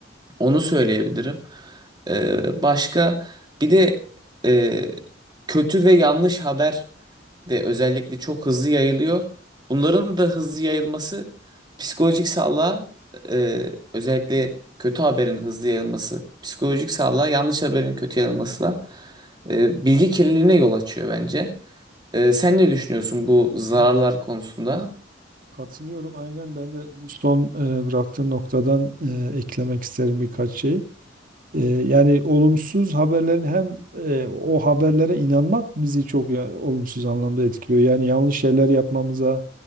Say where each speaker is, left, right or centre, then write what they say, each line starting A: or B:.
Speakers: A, on the right; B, on the right.
A: Onu söyleyebilirim. E, başka bir de e, kötü ve yanlış haber de özellikle çok hızlı yayılıyor. Bunların da hızlı yayılması psikolojik sağlığa e, özellikle kötü haberin hızlı yayılması psikolojik sağlığa yanlış haberin kötü yayılmasıyla e, bilgi kirliliğine yol açıyor bence. Ee, sen ne düşünüyorsun bu zararlar
B: Evet,
A: konusunda?
B: Katılıyorum. Aynen ben de bu son e, bıraktığın noktadan e, eklemek isterim birkaç şey. E, yani olumsuz haberlerin hem e, o haberlere inanmak bizi çok ya- olumsuz anlamda etkiliyor. Yani yanlış şeyler yapmamıza,